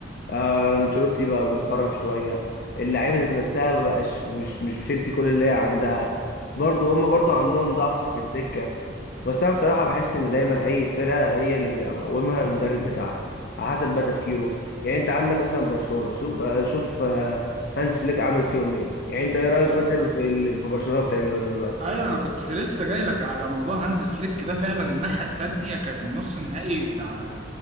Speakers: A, on the left; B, on the right.
A: آه، انشيلوتي بقى بيخرف شويه اللعيبه ذات نفسها مبقاش مش مش بتدي كل اللي هي عندها برضه هما برضه عندهم ضعف في الدكه بس انا بصراحه بحس ان دايما اي فرقه هي اللي بيبقى مقومها المدرب بتاعها على حسب بقى تفكيره يعني انت عندك مثلا برشلونه شوف آه، شوف آه، هانز فليك عامل فيهم ايه يعني انت
B: بالظبط
A: ايه رايك مثلا في اللي في برشلونه بتعمله ده دلوقتي
B: ايوه انا كنت لسه جاي لك على موضوع هانز فليك ده فعلا الناحيه التانية كان نص النهائي بتاع